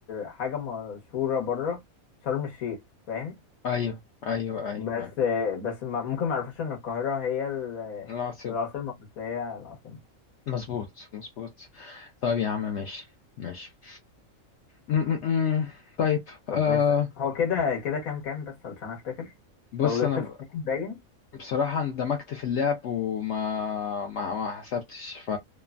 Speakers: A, on the left (about 80°); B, on the left (about 65°).
A: حاجة مشهورة بره شرم الشيخ فاهم؟
B: ايوه ايوه ايوه ايوه
A: بس آه، بس ما- ممكن ما يعرفوش إن القاهرة هي ال-
B: العاصمة
A: العاصمة بس هي العاصمة
B: مظبوط مظبوط طيب يا عم ماشي ماشي امم طيب
A: طب
B: آه
A: اسأل هو كده كده كام كام بس علشان افتكر
B: بص
A: طب غلطت
B: انا ب-
A: في اتنين باين
B: بصراحة اندمجت في اللعب وما ما, ما حسبتش ف